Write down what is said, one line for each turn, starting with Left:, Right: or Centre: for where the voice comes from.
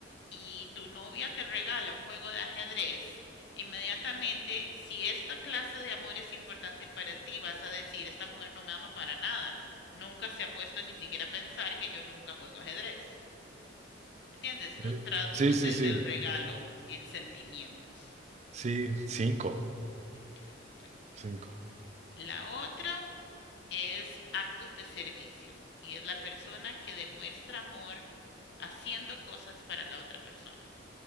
Left: y tu novia te regala un juego de ajedrez, inmediatamente, si esta clase de amor es importante para ti, vas a decir, esta mujer no me ama para nada. Nunca se ha puesto ni siquiera a pensar que yo nunca juego ajedrez. ¿Entiendes? Tú
Right: Eh,
Left: traduces
Right: sí, sí, sí,
Left: el regalo en sentimientos.
Right: sí, cinco,
Left: Ok, bueno.
Right: cinco.
Left: La otra es actos de servicio y es la persona que demuestra amor haciendo cosas para la otra persona.